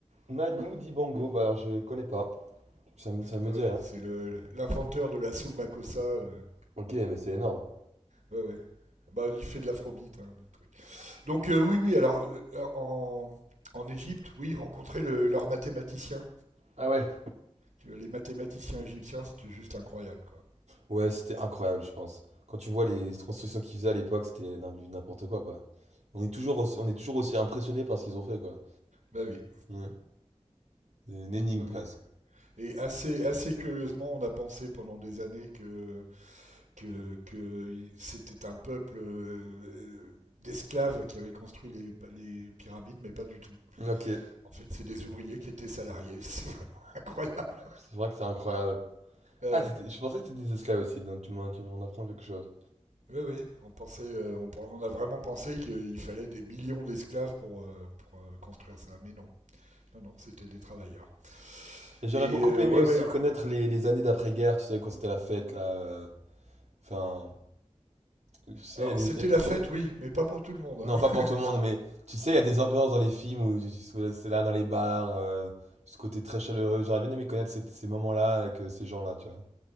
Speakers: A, on the right; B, on the right.
A: Madou Dibango, bah alors je connais pas. Ça me, ça me
B: Ah
A: dit
B: ouais,
A: rien.
B: c'est le l'inventeur de la soul makossa. euh,
A: Ok, mais c'est énorme.
B: ouais, ouais. Bah, il fait de l'afrobeat, hein, des trucs. Donc euh, oui, oui. Alors euh, en en Égypte, oui, rencontrer le, leurs mathématiciens.
A: Ah ouais?
B: Tu vois, Les mathématiciens égyptiens, c'était juste incroyable, quoi.
A: Ouais, c'était incroyable, je pense. Quand tu vois les constructions qu'ils faisaient à l'époque, c'était n'im- du n'importe quoi, quoi. On est toujours aussi, on est toujours aussi impressionné par ce qu'ils ont fait, quoi.
B: Bah oui,
A: Ouais. C'est Une énigme
B: bah
A: presque.
B: oui. Et assez, assez curieusement, on a pensé pendant des années que, que, que c'était un peuple euh, d'esclaves qui avait construit les, les, pyramides, mais pas du tout.
A: Ok.
B: En fait, c'est des ouvriers qui étaient salariés. <laughs> C'est vraiment incroyable.
A: C'est vrai que c'est incroyable.
B: Ouais.
A: Ah, c'était- je pensais que tu disais cela aussi, donc tu m'en, tu m'en apprends quelque chose.
B: Oui, oui, on, pensait, euh, on, pen- on, a vraiment pensé qu'il fallait des millions d'esclaves pour, euh, pour euh, construire ça, mais non. Non, non, c'était des travailleurs.
A: Et j'aurais
B: Et
A: beaucoup
B: euh,
A: aimé
B: ouais,
A: aussi
B: ouais.
A: connaître les, les années d'après-guerre, tu sais, quand c'était la fête, là. euh, Enfin, tu sais,
B: Alors,
A: il y a des.
B: c'était
A: il y a des-
B: la fête, oui, mais pas pour tout le monde.
A: Non,
B: Hein.
A: pas pour tout
B: <laughs>
A: le monde, mais tu sais, il y a des ambiances dans les films où tu- tu- c'est là, dans les bars, euh, ce côté très chaleureux. J'aurais bien aimé connaître cette- ces moments-là avec euh, ces gens-là, tu vois.